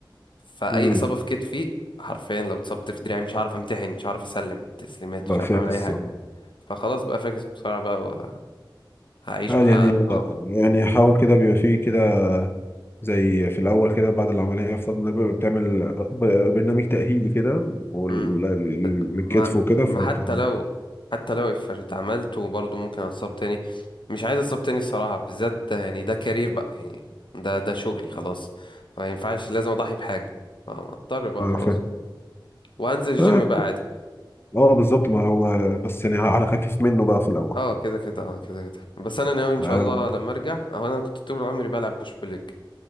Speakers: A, on the left; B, on the left.
A: فاي
B: مم.
A: اصابه في كتفي حرفيا لو اتصبت في دراعي مش هعرف امتحن مش هعرف اسلم تسليمات
B: لا
A: مش عارف
B: فاكس
A: اعمل اي
B: الصلاة
A: حاجه فخلاص بقى فاكس بسرعه بقى وهعيش
B: آه
A: بقى
B: يعني
A: اه
B: يعني حاول كده بيبقى فيه كده زي في الاول كده بعد العمليه يفترض انك بيبقى بتعمل ب- برنامج تاهيلي كده والكتف
A: مم. ما
B: وكده فانت
A: ما حتى لو حتى لو افرض عملته برضه ممكن اتصاب تاني مش عايز اتصاب تاني الصراحه بالذات يعني ده كارير بقى يعني ده ده شغلي خلاص فما ينفعش لازم اضحي بحاجه آه، اضطر بقى
B: اه
A: وخلاص
B: فاهم.
A: وانزل الجيم
B: آه،
A: بقى عادي
B: آه، بالظبط ما هو بس يعني على خفيف منه بقى في الاول
A: اه كده كده اه كده كده بس انا ناوي ان شاء
B: آه،
A: الله لما ارجع او انا كنت طول عمري بلعب بوش بول ليج،